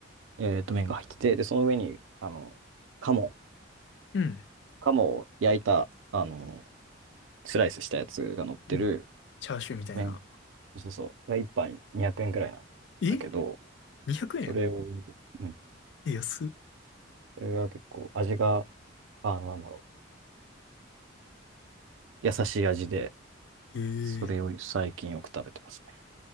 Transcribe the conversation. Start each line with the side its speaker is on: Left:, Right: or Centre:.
Right: えーっと、麺が入ってて、で、その上に、あの、鴨、
Left: うん
Right: 鴨を焼いた、あの、スライスしたやつが乗ってる
Left: うん。チャーシューみたいな。
Right: 麺、そうそう、が1杯200円くえんくらいなんだけど、
Left: え ?200 円
Right: それを、うん
Left: え、安っ。
Right: それが結構味が、あ、なんだろう。優しい味で、
Left: えー、
Right: それを最近よく食べてますね。